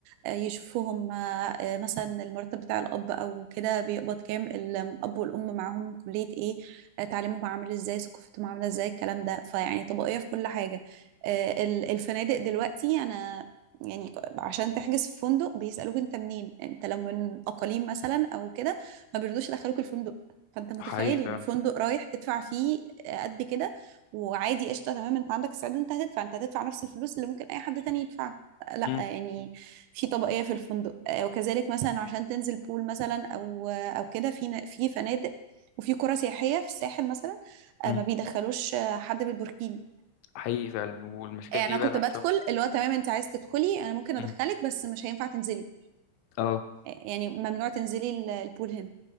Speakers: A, on the right; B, on the left.
A: آه، يشوفوهم آه، آه، مثلا المرتب بتاع الأب أو كده بيقبض كام الأب والأم معاهم كلية إيه آه، تعليمهم عامل إزاي ثقافتهم عاملة إزاي الكلام ده فيعني طبقية في كل حاجة آه، ال- الفنادق دلوقتي أنا يعني عشان تحجز في فندق بيسألوك أنت منين أنت لو من أقاليم مثلا أو كده ما بيرضوش يدخلوك الفندق فأنت متخيل
B: حقيقي فعلا
A: يعني فندق رايح تدفع فيه آه، قد كده وعادي قشطه تمام انت عندك استعداد انت هتدفع انت هتدفع نفس الفلوس اللي ممكن اي حد تاني يدفعها لا
B: امم
A: يعني في طبقية في الفندق آه، وكذلك مثلا عشان تنزل بول مثلا أو آه، أو كده في ن- في فنادق وفي قرى سياحية في الساحل مثلا
B: امم
A: آه، ما بيدخلوش آه، حد بالبوركيني
B: حقيقي فعلا والمشاكل
A: آه،
B: دي
A: انا كنت
B: بقى انا
A: بدخل
B: شايفها
A: اللي هو تمام انت عايز تدخلي انا ممكن
B: امم
A: ادخلك بس مش هينفع تنزلي
B: اه
A: آه، يعني ممنوع تنزلي ال- البول هنا